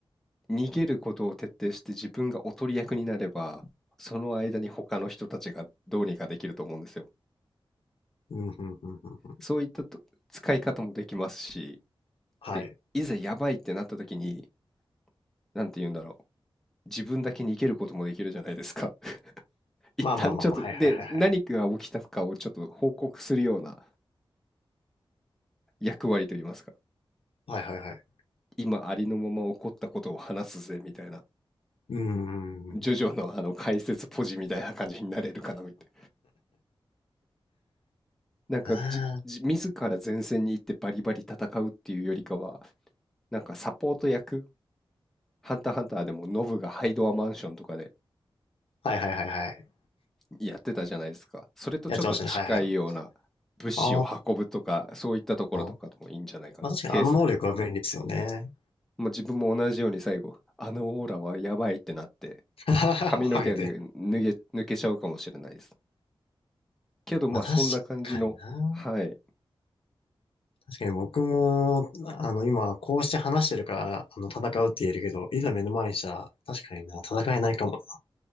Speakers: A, in the centre; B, on the left.
A: 逃げることを徹底して自分がおとり役になれば、その間に他の人たちがどうにかできると思うんですよ。
B: うん、うん、うん、うん。
A: そういったと使い方もできますし、
B: はい。
A: で、いざやばいってなった時に、なんて言うんだろう。自分だけ逃げることもできるじゃないですか。<laughs> 一旦ちょっと、
B: まあまあまあまあ、はいはいはいはい。
A: で、何が起きたかをちょっと報告するような役割といいますか。
B: はいはいはい。
A: 今ありのまま起こったことを話すぜみたいな、
B: うん、うん、
A: ジョジョのあの解説ポジみたいな感じになれるかなみたい
B: うん。
A: な。なんかじ、
B: あ
A: じ自ら前線に行ってバリバリ戦うっていうよりかは、なんかサポート役、ハンターハンターでもノブがハイドアマンションとかで
B: あ、はいはいはいはい。
A: やってたじゃないですか。それとちょっと近いような物資を運ぶとか、
B: やってましたね、はいはい。あ
A: そういったところとかでもいいんじゃないかな。
B: あ、まあ確かにあの能力は便利ですよね。
A: テース、もう自分も同じように最後、あのオーラはやばいってなって、
B: <laughs>
A: 髪の毛で脱げ、
B: ハゲて。
A: 抜けちゃうかもしれないです。けど、まあ、
B: まあ確かにな。
A: そんな感じの、はい、
B: 確かに僕も、あの、今、こうして話してるから、あの、戦うって言えるけど、いざ目の前にしたら、確かにな、戦えないかも。